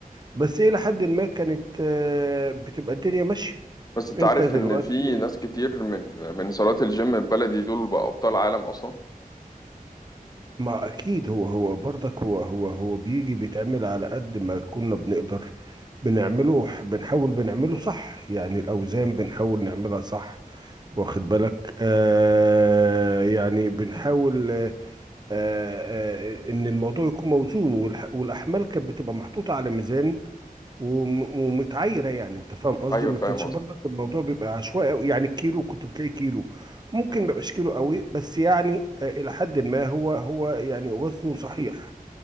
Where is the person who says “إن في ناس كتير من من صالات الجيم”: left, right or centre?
Left